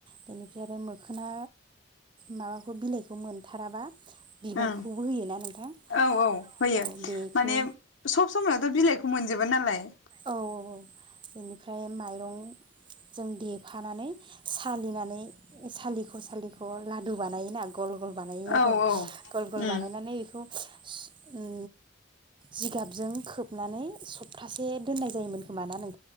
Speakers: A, on the right; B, on the left.
A: बेनिफ्राय आरो मोखोना माबाखौ बिलाइखौ मोनथाराबा बिबारखौबो
B: ओं
A: होयोना नोंथां
B: औ औ होयो
A: औ बेखौ
B: माने सब समायावथ' बिलाइखौ मोनजोब <unintelligible> नालाय
A: औ औ औ इनिफ्राय माइरंजों देफानानै सालिनानै सालिख' सालिख' लादु बानायोना गल गल बानायो आरो
B: औ औ
A: गल गल
B: उम
A: बानायनानै इखौ <unintelligible> उम जिगाबजों खोबनानै सप्तास से दोननाय जायोमोन खोमा ना नों